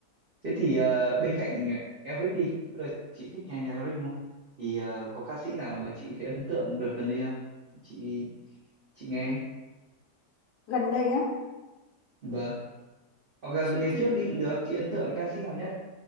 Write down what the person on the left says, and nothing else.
gần đây á
chị
thì